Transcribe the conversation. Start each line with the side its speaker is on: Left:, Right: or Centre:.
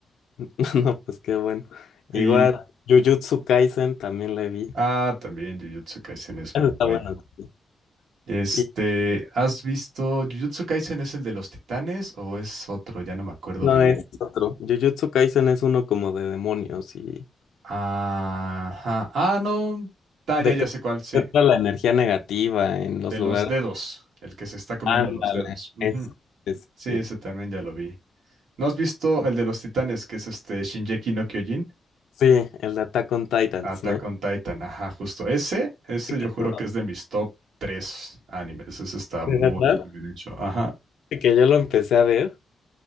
Left: <laughs> No, pues qué bueno. Igual,
Right: Y,
Left: Jujutsu Kaisen también la vi.
Right: ah, también Jujutsu Kaisen es
Left: Eso
Right: muy
Left: está
Right: buena.
Left: bueno. también.
Right: Este,
Left: Y
Right: ¿has visto Jujutsu Kaisen es el de los titanes o es otro? Ya no me acuerdo
Left: no
Right: bien.
Left: es otro. Jujutsu Kaisen es uno como de demonios y
Right: Ajá. Ah, no. Ah,
Left: de
Right: ya, ya
Left: que
Right: sé cuál, sí.
Left: está la energía negativa en los
Right: De los
Left: lugares.
Right: dedos, el que se está comiendo
Left: Ándale,
Right: los dedos. Ujú.
Left: eso. eso,
Right: Sí,
Left: sí.
Right: ese también ya lo vi. ¿No has visto el de los titanes, que es este Shingeki no Kyojin?
Left: Sí, Sí, el de Attack on Titans,
Right: Attack
Left: ¿no?
Right: on Titan, ajá, justo. Ese, ese
Left: <laughs>
Right: yo juro que es de mis top tres animes. Ese está
Left: De
Right: muy,
Left: verdad,
Right: muy bien hecho. Ajá.
Left: que yo lo empecé a ver